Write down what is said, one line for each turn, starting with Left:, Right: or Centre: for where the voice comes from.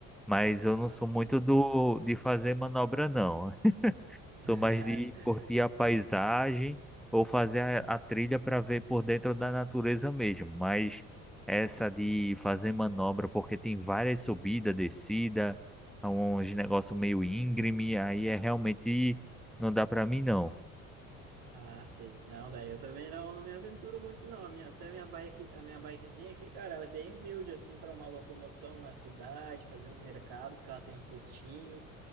Centre: Mas
Right: Ah,
Centre: eu não sou
Right: sim.
Centre: muito do de fazer manobra, não. <laughs> Sou
Right: <laughs>
Centre: mais de curtir a paisagem ou fazer a, a trilha para ver por dentro da natureza mesmo. Mas essa de fazer manobra, porque tem várias subidas, descida, é uns
Right: Nossa.
Centre: negócio meio íngreme, aí é realmente não dá para mim não.
Right: Ah, sei, Não, daí eu também não, não me aventuro muito, não. A minha, até minha bike, a minha bikezinha aqui, cara, ela é bem humilde, assim, para uma locomoção na cidade, fazer um mercado, porque ela tem um cestinho